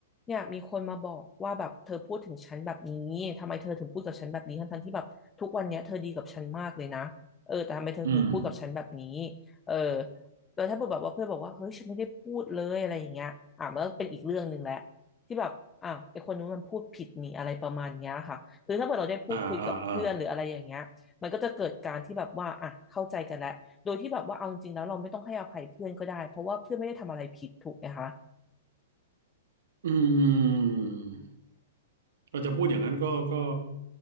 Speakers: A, on the left; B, on the right.
A: เนี่ยมีคนมาบอกว่าแบบเธอพูดถึงฉันแบบนี้ทำไมเธอถึงพูดกับฉันแบบนี้ทั้งๆที่แบบทุกวันเนี้ยเธอดีกับฉันมากเลยนะเออแต่ทำไมเธอถึงพูดกับฉันแบบนี้
B: อืม
A: เออแล้วถ้าแบบว่าเพื่อนบอกว่าเฮ้ยฉันไม่ได้พูดเลยอะไรอย่างเงี้ยอ่ะมันก็เป็นอีกเรื่องหนึ่งแหละที่แบบอ้าวไอคนนู้นมันพูดผิดนี่อะไรประมาณเนี้ยค่ะคือถ้าเกิดเราได้พูดคุยกับเพื่อนหรืออะไรอย่างเงี้ยมันก็จะเกิดการที่แบบว่าอ่ะเข้าใจกันแล้วโดยที่แบบว่าเอาจริงๆแล้วเราไม่ต้องให้อภัยเพื่อนก็ได้เพราะว่าเพื่อนไม่ได้ทำอะไรผิดถูกไหมคะ
B: อ่าอ่าอ่า อืมเราจะพูดอย่างนั้นก็ก็